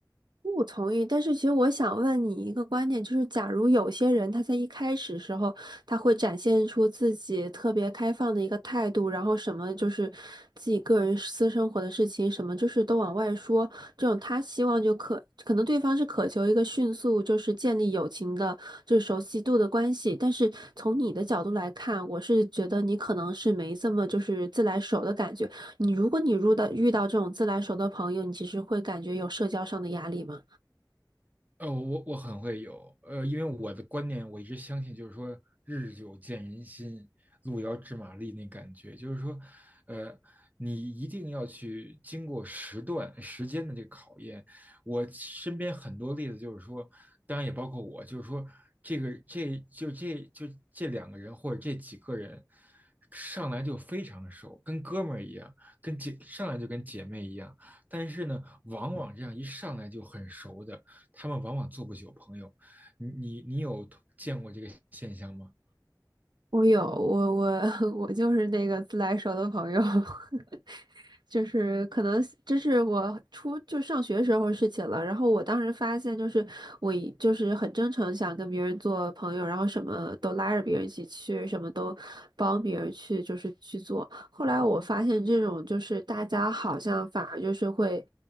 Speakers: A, on the right; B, on the right.
A: 我同意，但是其实我想问你一个观点，就是假如有些人他在一开始时候，他会展现出自己特别开放的一个态度，然后什么就是自己个人私生活的事情，什么就是都往外说，这种他希望就可可能对方是渴求一个迅速就是建立友情的，就是熟悉度的关系，但是从你的角度来看，我是觉得你可能是没这么就是自来熟的感觉。你如果你入到遇到这种自来熟的朋友，你其实会感觉有社交上的压力吗？
B: 呃，我我很会有，呃，因为我的观念，我一直相信，就是说日久见人心，路遥知马力那感觉，就是说，呃，你一定要去经过时段时间的这个考验。我身边很多例子就是说，当然也包括我，就是说这个这就这就这两个人或者这几个人上来就非常熟，跟哥们儿一样，跟姐上来就跟姐妹一样，但是呢，往往这样一上来就很熟的。他们往往做不久朋友。你你你有见过这个现象吗？
A: 我有我我 <laughs> 我就是那个自来熟的朋友，<laughs> 就是可能这是我初就上学时候的事情了。然后我当时发现，就是我一就是很真诚想跟别人做朋友，然后什么都拉着别人一起去，什么都帮别人去就是去做。后来我发现这种就是大家好像反而就是会。